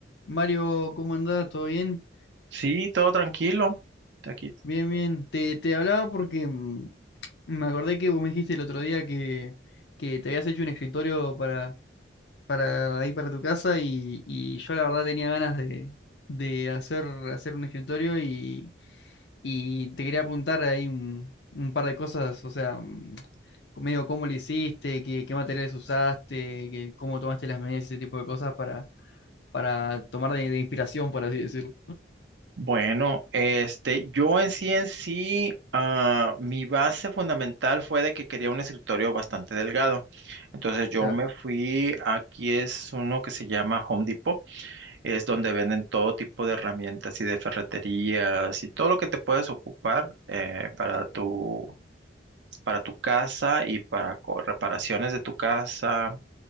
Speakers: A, on the left; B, on the right.
A: Mario, ¿cómo andás? ¿Todo bien?
B: Sí, todo tranquilo. Aquí.
A: Bien, bien. Te, te hablaba porque mm, me acordé que vos me dijiste el otro día que, que te habías hecho un escritorio para, para ahí para tu casa y, y yo la verdad tenía ganas de, de hacer, hacer un escritorio y, y te quería apuntar ahí un, un par de cosas, o sea, mm, medio cómo lo hiciste, qué, qué materiales usaste, que, cómo tomaste las medidas, ese tipo de cosas para, para tomar de, de inspiración, por así decirlo.
B: Bueno, este, yo en sí en sí, ah, mi base fundamental fue de que quería un escritorio bastante delgado. Entonces yo
A: Claro,
B: me fui, aquí es uno que se llama Home Depot, es donde venden todo tipo de herramientas y de ferreterías y todo lo que te puedes ocupar eh, para tu, para tu casa y para co- reparaciones de tu casa,